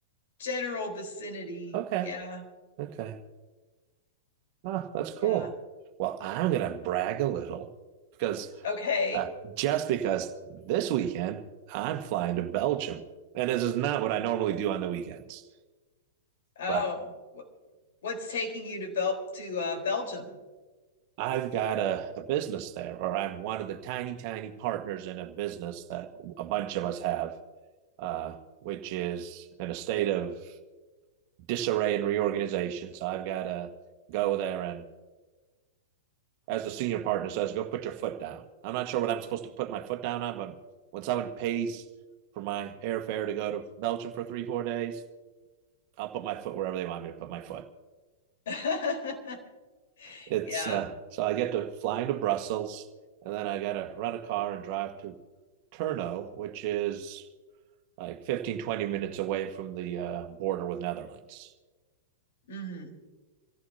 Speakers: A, on the left (about 65°); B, on the right (about 50°).
A: general vicinity.
B: Okay.
A: Yeah,
B: Okay. Ah, that's cool.
A: yeah.
B: Well, I'm going to brag a little because
A: Okay.
B: uh, just because this weekend I'm flying to Belgium. And this is not what I normally do on the weekends,
A: Oh,
B: but
A: wh- what's taking you to Bel- to uh, Belgium?
B: I've got a, a business there, or I'm one of the tiny, tiny partners in a business that a bunch of us have, uh, which is in a state of disarray and reorganization. So I've got to go there and as a senior partner says, go put your foot down. I'm not sure what I'm supposed to put my foot down on, but when someone pays for my airfare to go to Belgium for three, four days, I'll put my foot wherever they want me to put my foot.
A: <laughs>
B: It's
A: yeah.
B: uh, so I get to fly into Brussels and then I got to rent a car and drive to Turno, which is like 15 20 minutes away from the uh, border with Netherlands.
A: hmm